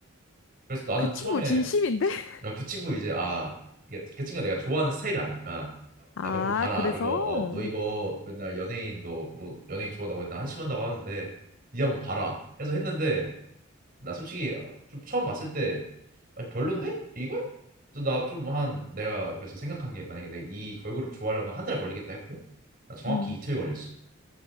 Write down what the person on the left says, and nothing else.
그 친구
진심인데? <laughs>
아,
그래서?
음.